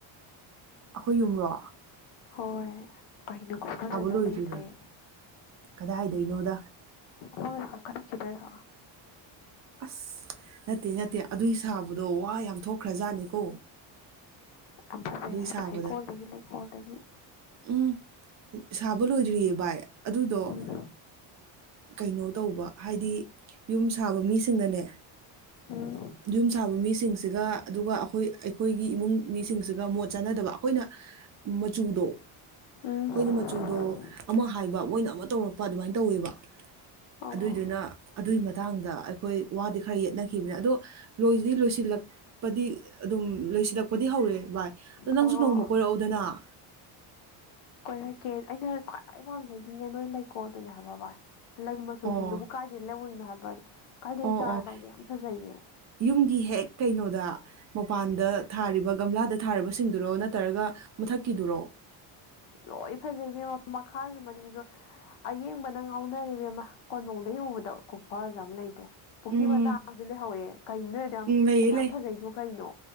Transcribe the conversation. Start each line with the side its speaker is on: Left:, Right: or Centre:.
Right: ꯍꯣꯏꯌꯨꯡꯨꯔꯣ
Left: ꯍꯣꯏ ꯀꯩꯅꯣ ꯈꯨꯁꯨꯗꯣ
Right: ꯂꯣꯏꯗ꯭ꯔꯤꯕꯅꯤ
Left: ꯂꯩꯇ꯭ꯔꯦꯊ
Right: ꯀꯗꯥꯏꯗꯩꯅꯣꯗ
Left: ꯍꯣꯏ ꯍ ꯀꯅꯥ ꯈꯗꯣꯏ ꯔꯣ
Right: ꯑꯁ ꯅꯠꯇꯦ ꯅꯠꯇꯦ ꯑꯗꯨꯏ ꯁꯥꯕꯗꯣ ꯋꯥ ꯌꯥꯝ ꯊꯣꯛꯈ꯭ꯔꯖꯥꯠꯅꯤꯀꯣ
Left: ꯌꯥꯝ ꯐꯖꯩ
Right: ꯑꯗꯨꯏ
Left: ꯍꯥꯏꯕ
Right: ꯁꯥꯕꯗ
Left: ꯍꯩꯀꯣꯜꯗꯒꯤ ꯂꯩꯀꯣꯜꯗꯒꯤ
Right: ꯎꯝ ꯁꯥꯕ ꯂꯣꯏꯗ꯭ꯔꯤꯌꯦ ꯚꯥꯏ ꯑꯗꯨꯗꯣ
Left: ꯎꯝ
Right: ꯀꯩꯅꯣ ꯇꯧꯕ ꯍꯥꯏꯗꯤ ꯌꯨꯝ ꯁꯥꯕ ꯃꯤꯁꯤꯡꯅꯅꯦ
Left: ꯎꯝ
Right: <unintelligible> ꯌꯨꯝ ꯁꯥꯕ ꯃꯤꯁꯤꯡꯁꯤꯒ ꯑꯗꯨꯒ ꯑꯩꯈꯣꯏ ꯑꯩꯈꯣꯏꯒꯤ ꯏꯃꯨꯡ ꯃꯤꯁꯤꯡꯁꯤꯒ ꯃꯣꯠ ꯆꯥꯟꯅꯗꯕ ꯑꯩꯈꯣꯏꯅ ꯃꯆꯨꯗꯣ
Left: ꯎꯝ
Right: ꯑꯩꯈꯣꯏꯅ ꯃꯆꯨꯗꯣ ꯑꯃ ꯍꯥꯏꯕ ꯃꯣꯏꯅ ꯑꯃ ꯇꯧꯔꯛꯄ ꯑꯗꯨꯃꯥꯏꯅ ꯇꯧꯋꯦꯕ
Left: ꯑꯣ
Right: ꯑꯗꯨꯏꯗꯨꯅ ꯑꯗꯨꯏ ꯃꯇꯥꯡꯗ ꯑꯩꯈꯣꯏ ꯋꯥꯗꯤ ꯈꯔ ꯌꯦꯠꯅꯈꯤꯕꯅꯤ ꯑꯗꯣ ꯂꯣꯏꯁꯤꯗꯤ ꯂꯣꯏꯁꯤꯜꯂ ꯂꯛꯄꯗꯤ ꯑꯗꯨꯝ ꯂꯣꯏꯁꯤꯜꯂꯛꯄꯗꯤ ꯍꯧꯔꯦ ꯚꯥꯏ ꯑꯗ ꯅꯪꯁꯨ
Left: ꯑꯣ
Right: ꯅꯣꯡꯃ ꯀꯣꯏꯔꯛꯎꯗꯅ <unintelligible>
Left: ꯍꯥꯏꯔꯛꯀꯦ ꯑꯩꯅ ꯈ꯭ꯋꯥꯏ ꯄꯥꯝꯖꯩꯗꯤꯅꯦ ꯅꯣꯏ ꯂꯩꯀꯣꯜꯗꯨꯅꯦ ꯍꯥꯏꯕ ꯕꯥꯚꯏ ꯂꯩ ꯃꯆꯨꯁꯤꯡꯗꯨꯕꯨ
Right: ꯑꯣ
Left: ꯀꯥꯏꯗꯦ ꯂꯧꯔꯔꯤꯅꯣ ꯍꯥꯏꯕ ꯀꯥꯏꯗꯩ
Right: ꯑꯣ
Left: ꯆꯥꯔꯗꯧꯒꯦ
Right: ꯑꯣ
Left: ꯌꯥꯝ ꯐꯖꯩꯌꯦ
Right: ꯌꯨꯝꯒꯤ ꯍꯦꯛ ꯀꯩꯅꯣꯗ ꯃꯄꯥꯟꯗ ꯊꯥꯔꯤꯕ ꯒꯝꯂꯥꯗ ꯊꯥꯔꯤꯕꯁꯤꯡꯗꯨꯔꯣ ꯅꯠꯇ꯭ꯔꯒ ꯃꯨꯊꯛꯀꯤꯗꯨꯔꯣ
Left: ꯂꯣꯏ ꯐꯖꯩꯦꯝꯃ ꯃꯈꯥꯁꯨ ꯃꯅꯤꯡꯁꯨ ꯑꯌꯦꯡꯕ ꯅꯪ ꯉꯥꯎꯅꯔꯤꯕ ꯑꯃ ꯀꯣꯟꯗꯣꯡꯗꯒꯤ ꯎꯕꯗꯣ ꯈꯨꯐꯖ ꯑꯃ ꯂꯩꯇ꯭ꯔꯦ ꯄꯨꯈ꯭ꯔꯤ
Right: ꯎꯝ
Left: ꯃꯆꯥ ꯑꯃꯁꯨ ꯂꯩꯍꯧꯋꯦ ꯀꯩꯅꯣ ꯅꯣꯏ ꯌꯥꯝ
Right: ꯎꯝ ꯂꯩꯌꯦ
Left: ꯌꯥꯝ
Right: ꯂꯩ
Left: ꯐꯖꯩꯗꯣ ꯀꯩꯅꯣ